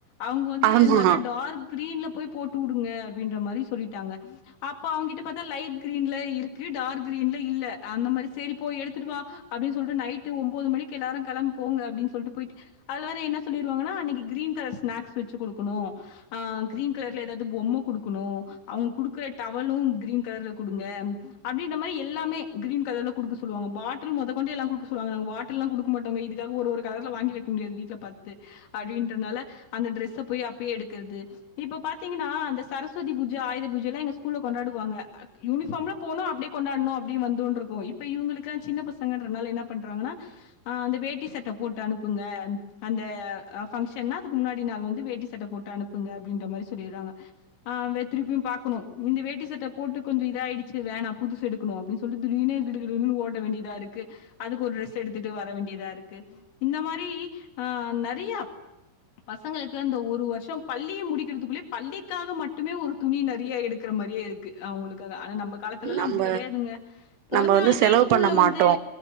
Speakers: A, on the left; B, on the right.
A: அவங்க வந்து
B: ஆமா
A: நல்லா டார்க் கிரீன்ல போய் போட்டு விடுங்க அப்படின்ற மாதிரி சொல்லிட்டாங்க அப்ப அவங்க கிட்ட பாத்தா லைட் க்ரீன்ல இருக்கு டார்க் கிரீன்ல இல்ல அந்த மாரி சேரி போய் எடுத்துட்டு வா அப்டின்னு சொல்லிட்டு நைட்டு ஒம்பது மணிக்கு எல்லாரும் கெளம்போங்க அப்படீனு சொல்லிட்டு போயிட்டு அதுல வேற என்ன சொல்லிருவாங்கன்ன அன்னைக்கு க்ரீன் கலர்ஸ் ஸ்னாக்ஸ் வச்சு குடுக்கணும் அ க்ரீன் கலர்ல்ல ஏதாவது பொம்ம குடுக்கணும் அவங்க குடுக்கற டவலும் கிரீன் கலர்ல குடுங்க அப்டின்ற மாரி எல்லாமே கிரீன் கலர்ல குடுக்க சொல்வாங்க பாட்டில் மொதக்கொண்டு எல்லாம் குடுக்க சொல்லுவாங்க பாட்லாம் குடுக்க மாட்டோம் இதுக்காக ஒரு ஒரு கலர்ல வாங்கி வைக்க முடியாது வீட்ல பத்து அடின்றனால அந்த டிரெஸ்ச போய் அப்பயே எடுக்கிறது இப்ப பாத்தீங்கன்னா அந்த சரஸ்வதி பூஜ ஆயுத பூஜ எல்லாம் எங்க ஸ்கூல்ல கொண்டாடுவாங்க யூனிஃபார்ம்ல போனோ அப்படியே கொண்டாடனும் அப்பின்னு வந்தோன்னு இருக்கும் இப்ப இவங்களுக்குல்லாம் சின்ன பசங்கன்றனால என்ன பண்றாங்கன்னா அந்த வேட்டி சட்ட போட்டு அனுப்புங்க அந்த ஃபங்ஷன்னா முன்னாடி நாள் வந்து வேட்டி சட்ட போட்டு அனுப்புங்க அப்படின்ற மாதிரி சொல்லிடுறாங்க திருப்பியும் பார்க்கணும் இந்த வேட்டி சட்ட போட்டு கொஞ்சம் இதாயிடுச்சு வேணா புதுசு எடுக்கணும் அப்படின்னு சொல்லிட்டு திடீர்னு கிடுகிடுன்னு ஓட வேண்டியதா இருக்கு அதுக்கு ஒரு ட்ரெஸ் எடுத்துட்டு வர வேண்டியதா இருக்கு இந்த மாரி ஆஹ் நெறயா பசங்களுக்கு இந்த ஒரு வருஷம் பள்ளிய முடிக்கிறதுக்குள்ளேயே பள்ளிக்காக மட்டுமே ஒரு துணி நெறய எடுக்கற மாதிரியே இருக்கு அவங்களுக்காக ஆனா நம்ம அப்ப காலத்திலெல்லாம்
B: நம்ம
A: அப்படி கிடையாதுங்க பொறந்த
B: நம்ம வந்து
A: நாளுக்கே
B: செலவு
A: ஸ்கூல்ல
B: பண்ண மாட்டோ
A: வந்து